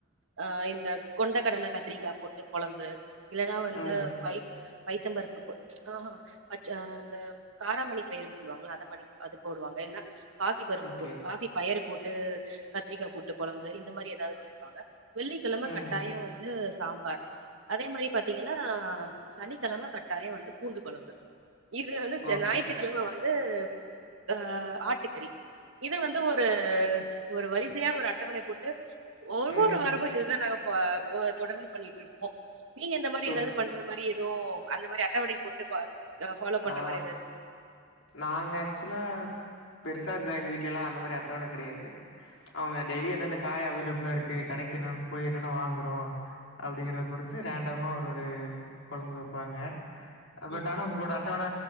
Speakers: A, on the right; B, on the left.
A: அ இந்த கொண்டக்கடல கத்திரிக்கா போட்டு கொழம்பு இல்லனா வந்து
B: ம்.
A: பை பைத்தம் பருப்பு போ ஆஹ்ஹா அச் அந்த காராமணி பயிறுன் சொல்வாங்ள அத பண்ணி அது போடுவாங்க இல்னா பாசிப்பருப்பு
B: ஓகே.
A: போட்டு பாசி பயறு போட்டு கத்திரிக்கா போட்டு கொழம்பு இந்த மாரி ஏதாவ்து ஒண்ணு வெப்பாங்க வெள்ளிக்கிழம
B: ம்.
A: கட்டாயோ வந்து சாம்பார் அதே மாரி பாத்தீங்கன்னா சனிக்கிழம கட்டாயோ வந்து பூண்டு கொழம்பு இதுல வந்து
B: ஓகே.
A: ஞாயித்துக்கிழம வந்து அ ஆட்டுக்கறி இத வந்து ஒரு ஒரு வரிசையா ஒரு அட்டவணை போட்டு ஒவ்வொரு
B: ம்.
A: வாரமு இதுதா நாங்க ஃபா தொடர்ந்து பண்ணிட்ருப்போ நீங்க இந்த மாரி
B: சூப்பர்.
A: ஏதாவ்து பண் அந்த மாரி எதோ அந்த மாரி அட்டவணை போட்டு ப ஃபாலோ பண்ற
B: ஆ
A: மாரி எதா இருக்குங்ளா
B: நாங்க ஆக்சுவலா பெருசா ந்தா எங்க வீட்லலா அந்த மாரி அட்டவண கெடையாது அவ்ங்க டெய்லியு எந்தெந்த காய் அவைலப்ளா இருக்கு கடைக்கு நா போய் என்னென்ன வாங்குறோ அப்டிங்கறத பொறுத்து ரேண்டமா ஒரு ஒரு கொழம்பு வெப்பாங்க பட்
A: ம்
B: ஆனா
A: ம்.
B: உங்களோட அட் டவண